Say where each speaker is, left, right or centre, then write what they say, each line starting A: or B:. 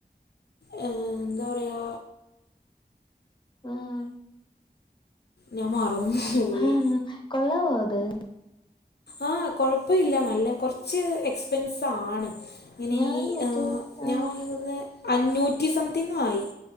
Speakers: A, on the left; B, on the left.
A: ഏഹ് എന്താ പറയാ
B: ആഹ്
A: ഞാൻ മറന്നു. പോയി
B: ആഹ് കൊള്ളാവോ അത്?
A: ആഹ് കൊഴപ്പ ഇല്ല നല്ല കൊർച്ച് എക്സ്പെൻസ് ആണ്. ഇങ്ങനീ
B: ഞാൻ മറ്റേ
A: ഏഹ്
B: ആഹ്
A: ഞാൻ വാങ്ങീന്നന്ന് അഞ്ഞൂറ്റി സംതിങ് ആയി